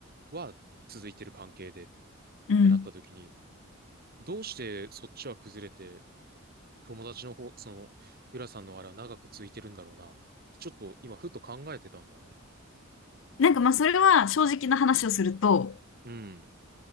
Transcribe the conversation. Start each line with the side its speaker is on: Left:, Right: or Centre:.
Right: は続いてる関係でっ
Left: うん。
Right: てなった時に、どうしてそっちは崩れて、友達の方、その、ゆらさんのあれは長く続いてるんだろうな。ちょっと今、ふっと考えてたんだよね。
Left: なんかまあそれは正直な話をすると、
Right: うん。